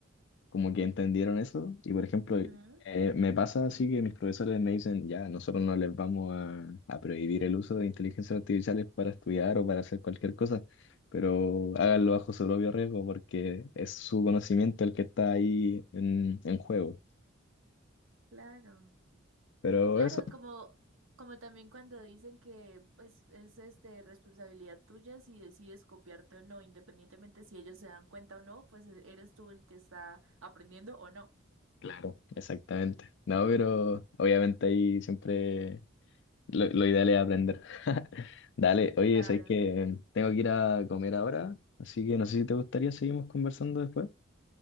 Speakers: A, on the left; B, on the right.
A: como que entendieron eso, y por ejemplo,
B: Ujú,
A: eh, me pasa así que mis profesores me dicen, ya, nosotros no les vamos a, a prohibir el uso de inteligencias artificiales para estudiar o para hacer cualquier cosa, pero háganlo bajo su propio riesgo porque es su conocimiento el que está ahí en en juego.
B: claro.
A: Pero
B: Claro,
A: eso.
B: como, como también cuando dicen que pues es este responsabilidad tuya si decides copiarte o no, independientemente si ellos se dan cuenta o no, pues e- eres tú el que está aprendiendo o no.
A: Claro, exactamente. No, pero obviamente ahí siempre lo, lo ideal es aprender. <laughs> Dale, oye,
B: Claro.
A: sabes que tengo que ir a comer ahora, así que no sé si te gustaría seguimos conversando después.